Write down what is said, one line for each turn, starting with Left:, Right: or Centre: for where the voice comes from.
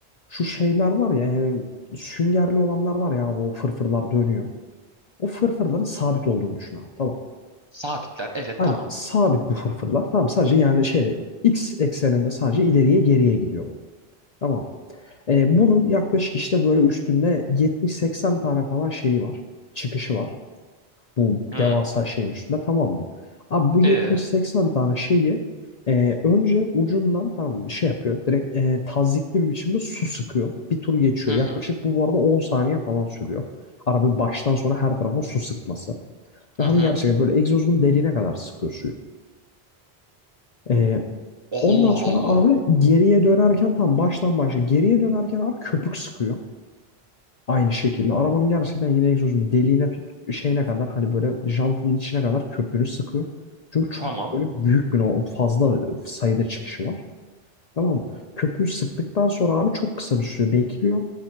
Left: Şu şeyler var ya e, süngerli olanlar var ya bu fırfırlar dönüyor. O fırfırların sabit olduğunu düşün abi. Tamam.
Right: Sabitler evet
Left: Aynen
Right: tamam.
Left: sabit bu fırfırlar. Tamam sadece yani şeyde x ekseninde sadece ileriye geriye gidiyor bu. Tamam. Ee, bunun yaklaşık işte böyle üstünde 70-80 tane falan şeyi var. Çıkışı var. Bu
Right: Hı.
Left: devasa şeyin üstünde tamam mı? Abi bu 70-80
Right: E.
Left: tane şeyi e, önce ucundan tam şey yapıyor. Direkt e, tazyikli bir biçimde su sıkıyor. Bir tur geçiyor.
Right: Hı hı,
Left: Yaklaşık bu bu arada 10 saniye falan sürüyor. Araba baştan sona her tarafına su sıkması.
Right: hı
Left: Ve hani
Right: hı.
Left: gerçekten böyle egzozunun deliğine kadar sıkıyor suyu. Ee, ondan
Right: Allah
Left: sonra
Right: Allah.
Left: abi geriye dönerken tam baştan başla. Geriye dönerken abi köpük sıkıyor. Aynı şekilde. Arabanın gerçekten yine egzozunun deliğine tut şeyine kadar hani böyle jantının içine kadar köpüğünü sıkıyor. Çünkü çok
Right: Tamam.
Left: böyle büyük bir o fazla sayıda çıkışı var. Tamam mı? Köpüğü sıktıktan sonra abi çok kısa bir süre bekliyor.